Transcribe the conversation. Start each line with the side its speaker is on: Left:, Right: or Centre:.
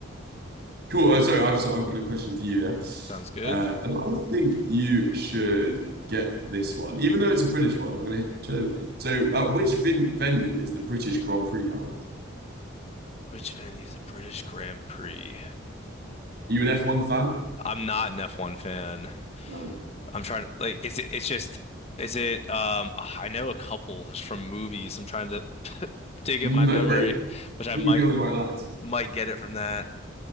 Right: cool. Uh, sorry, I've so I've got a question for you here.
Left: Sounds good.
Right: Uh, and I think you should get this one, even though it's a British one. I'm going to show. you. So, uh, which vin venue is the British Grand Prix held?
Left: Which venue is the British Grand Prix?
Right: you an F1 fan?
Left: I'm not an F1 fan.
Right: No.
Left: I'm trying to like is it it's just is it um ah, I know a couple is from movies. I'm trying to <laughs> dig
Right: Mm,
Left: in my memory,
Right: okay. I
Left: which I
Right: think
Left: might
Right: you'd be on the right lines.
Left: might get it from that.